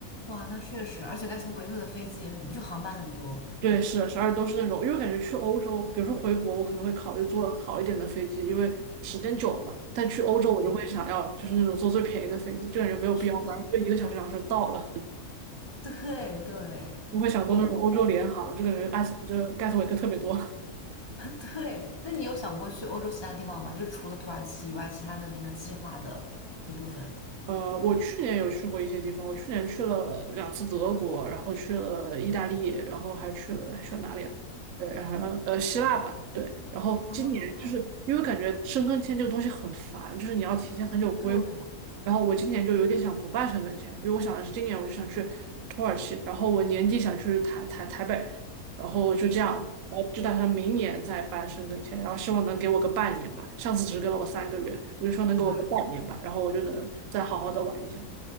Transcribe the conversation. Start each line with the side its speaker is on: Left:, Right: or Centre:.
Left: 哇，那确实，而且盖特维特的飞机也很，就航班很多。
Right: 对，是十二都是那种，因为感觉去欧洲，比如说回国，我可能会考虑坐好一点的飞机，因为时间久了嘛。但去欧洲，
Left: 嗯，
Right: 我就会想要就是那种坐最便宜的飞机，就感觉没有必要，
Left: 是的，
Right: 反正就一个小时、两个小时到了。
Left: <laughs> 对对，
Right: 我会想坐那种欧洲联航，
Left: 我那
Right: 就感觉埃斯，就是盖斯维克特别多。
Left: 对，那你有想过去欧洲其他地方吗？就是除了土耳其以外，其他的那个计划的一部分。
Right: 呃，我去年有去过一些地方，我去年去了两次德国，然后去了意大利，然后还去了还去了哪里啊？对，然后呃希腊吧，对。然后今年就是因为感觉申根签这个东西很烦，
Left: 哦，
Right: 就是你要提前很久规划。
Left: 对，
Right: 然后我今年就有点想不办申根签，因为我想的是今年我就想去土耳其，然后我年底想去台台台北，然后就这样，然后就打算明年再办申根签，然后希望能给我个半年吧。上次只给了我三个月，我就说能给我个半年吧，
Left: 哇，
Right: 然后我就能再好好的玩一下。